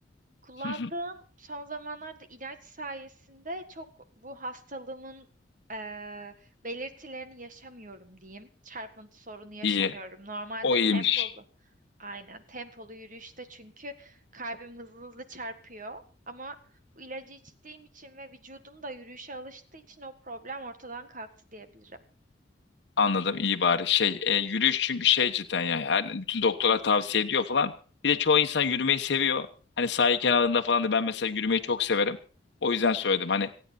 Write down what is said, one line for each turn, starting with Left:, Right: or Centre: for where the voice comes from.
Right: Kullandığım
Left: Hı hı.
Right: son zamanlarda ilaç sayesinde çok bu hastalığımın eee, belirtilerini yaşamıyorum diyeyim. Çarpıntı sorunu yaşamıyorum.
Left: İyi.
Right: Normalde
Left: O iyiymiş.
Right: tempolu, aynen tempolu yürüyüşte çünkü kalbim hızlı hızlı çarpıyor. Ama bu ilacı içtiğim için ve vücudum da yürüyüşe alıştığı için o problem ortadan kalktı diyebilirim.
Left: Anladım iyi bari. Şey e, yürüyüş çünkü şey cidden ya. Her, bütün doktorlar tavsiye ediyor falan. Bir de çoğu insan yürümeyi seviyor. Hani sahil kenarında falan da ben mesela yürümeyi çok severim. O yüzden söyledim hani.